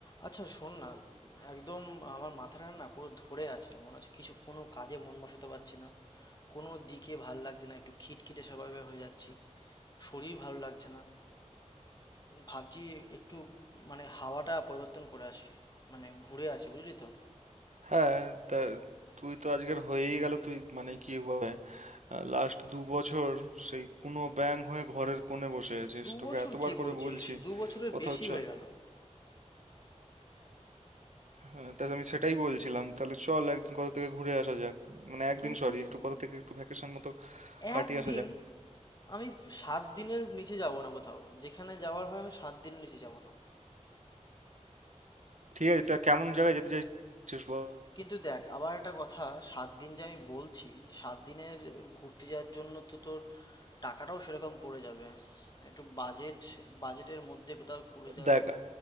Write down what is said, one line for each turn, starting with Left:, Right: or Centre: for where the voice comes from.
Left: আচ্ছা শোন না একদম আমার মাথাটা না পুরো ধরে আছে মনে হচ্ছে কিছু কোনো কাজে মন বসাতে পারছি না কোনো দিকে ভাল লাগছে না একটু খিটখিটে স্বভাবের হয়ে যাচ্ছি শরীর ভালো লাগছে না ভাবছি একটু মানে হাওয়াটা পরিবর্তন করে আসি মানে ঘুরে আসি বুঝলি তো
Right: হ্যাঁ, তা তুই তো আজকের হয়েই গেল তুই মানে কি বলে লাস্ট দু বছর সেই কুনো ব্যাঙ হয়ে ঘরের কোণে বসে আছিস
Left: দু
Right: তোকে
Left: বছর
Right: এতবার
Left: কি
Right: করে
Left: বলছিস
Right: বলছি
Left: দু বছরের
Right: কোথাও
Left: বেশি
Right: চল
Left: হয়ে গেল
Right: হ্যাঁ, তা আমি সেটাই বলছিলাম তাহলে চল একদিন কোথা থেকে ঘুরে আসা যাক মানে একদিন
Left: কিন্তু
Right: সরি একটু কোথা থেকে একটু ভ্যাকেশন মতো কাটিয়ে
Left: একদিন
Right: আসা যাক
Left: আমি সাত দিনের নিচে যাব না কোথাও যেখানে যাওয়ার হয় আমি সাত দিনের নিচে যাব না
Right: ঠিক আছে তা কেমন জায়গায় যেতে চাইছিস বল
Left: কিন্তু দেখ আবার একটা কথা সাত দিন যে আমি বলছি যে সাত দিনের ঘুরতে যাওয়ার জন্য তো তোর টাকাটাও সেরকম পড়ে যাবে একটু বাজেট বাজেটের মধ্যে কোথাও করে যা
Right: দেখ